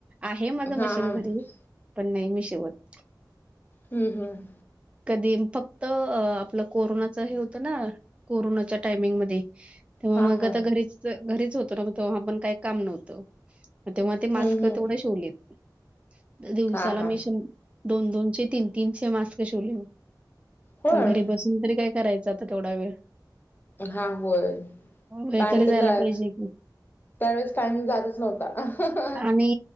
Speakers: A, on the right; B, on the left.
A: आहे माझं
B: हा
A: मशीन
B: हा
A: घरी.
B: हम्म
A: पण नाही, मी शिवत.
B: हम् हम्म.
A: कधी फक्त आपलं कोरोनाच हे होतं ना कोरोनाच्या टायमिंगमध्येध्ये <inaudible> तेव्हा
B: हा
A: मग
B: हा
A: आता घरीच-घरीच होतो ना मग तेव्हा पण काही काम नव्हतं. तेव्हा
B: हम्म
A: ते मास्क
B: हम्म
A: तेवढं शिवलेत दिवसाला
B: हा हा
A: मी शं, दोन चे, तीन-तीनशे मास्क शिवले.
B: होय
A: घरी बसून तरी काय करायचं आता तेवढा वेळ.
B: हा होय,
A: वेळ
B: टाईम
A: तरी जायला
B: तर जाईल.
A: पाहिजे की
B: त्यावेळेस टाईम जातच नव्हता.
A: आणि